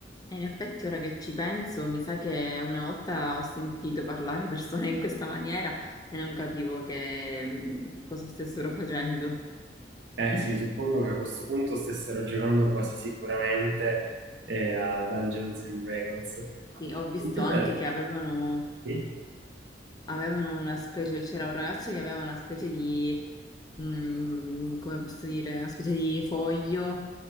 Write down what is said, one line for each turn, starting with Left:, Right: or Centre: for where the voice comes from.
Left: E In effetti, ora che ci penso, mi sa che una volta ho sentito parlare persone in questa maniera e non capivo che, mm, cosa stessero facendo.
Right: Eh
Left: <laughs>
Right: sì, suppongo che a questo punto stessero giocando quasi sicuramente eh, a Dungeons and Dragons.
Left: Sì, ho visto
Right: Invece,
Left: anche che avevano,
Right: sì.
Left: avevano una specie, c'era un ragazzo che aveva una specie di, mm, come posso dire, una specie di foglio